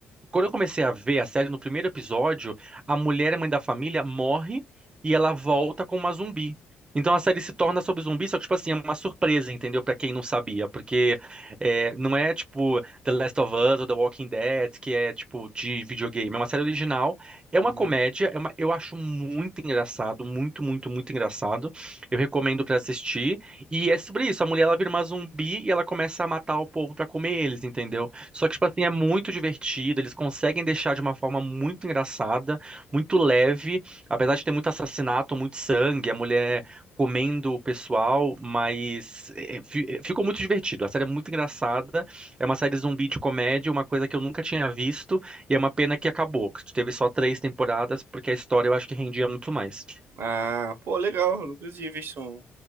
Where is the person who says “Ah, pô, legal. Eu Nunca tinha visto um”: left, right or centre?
Right